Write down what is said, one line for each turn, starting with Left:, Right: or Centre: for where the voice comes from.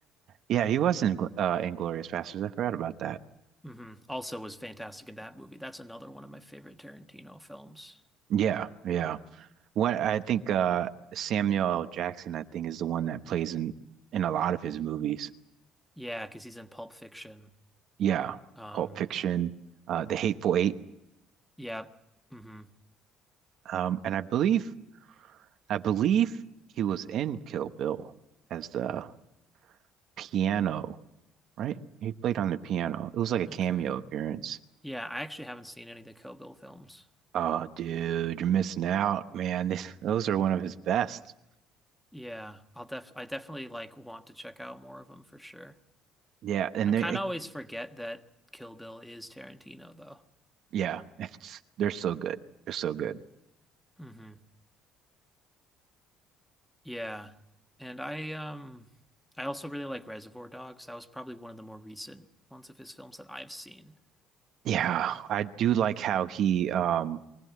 Right: Yeah, he was in Gl- uh Inglorious Bastards. I forgot about that.
Centre: hmm Also was fantastic in that movie. That's another one of my favorite Tarantino films.
Right: Yeah, yeah. What I think uh Samuel L. Jackson, I think, is the one that plays in in a lot of his movies.
Centre: Yeah, because he's in Pulp Fiction.
Right: Yeah.
Centre: Um,
Right: Pulp Fiction, uh The Hateful Eight.
Centre: yeah. hmm
Right: Um, and I believe I believe he was in Kill Bill as the piano, right? He played on the piano. It was like a
Centre: Okay.
Right: cameo appearance.
Centre: Yeah, I actually haven't seen any of the Kill Bill films.
Right: Oh, dude, you're missing out, man. <laughs> Those are one of his best.
Centre: Yeah, I'll def I definitely like want to check out more of them for sure.
Right: Yeah, and
Centre: I kind
Right: they
Centre: of always forget that Kill Bill is Tarantino though.
Right: Yeah, <laughs> it's they're so good. They're so good.
Centre: hmm Yeah. And I um I also really like Reservoir Dogs. That was probably one of the more recent ones of his films that I've seen.
Right: Yeah, I do like how he um